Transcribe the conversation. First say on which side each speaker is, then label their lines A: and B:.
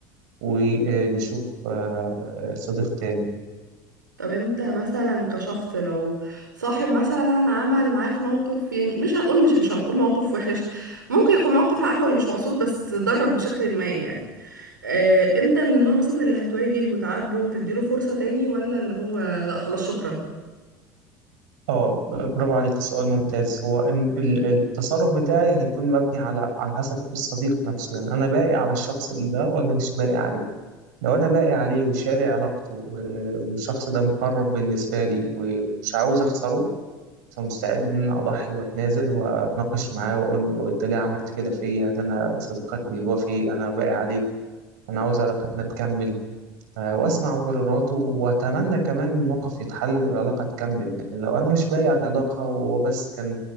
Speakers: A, on the right; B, on the right.
A: ونشوف آه، صديق تاني
B: طب انت مثلا كشخص لو صاحب مثلا عمل معاك موقف يعني مش هنقول مش مش هنقول موقف وحش ممكن يكون موقف عفوي مش مقصود بس ضرك بشكل ما يعني اه انت من النوع مثلا اللي هتواجه وتعاتبه وتديله فرصة تاني ولا اللي هو لا خلاص شكرا
A: اه برافو عليك سؤال ممتاز هو إن- ال- التصرف بتاعي هيكون مبني على على حسب الصديق نفسه يعني انا باقي على الشخص اللي ده ولا مش باقي عليه لو انا باقي عليه وشاري علاقته و- والشخص ده مقرب بالنسبه لي ومش عاوز اخسره فمستعد ان انا اضحي واتنازل واتناقش معاه واقول له انت ليه عملت كده فيا ده انا صديقك الوفي انا باقي عليك انا عاوز علاقتنا تكمل آه، واسمع مبرراته واتمنى كمان الموقف يتحل والعلاقه تكمل لكن لو انا مش بايع العلاقه وهو بس كان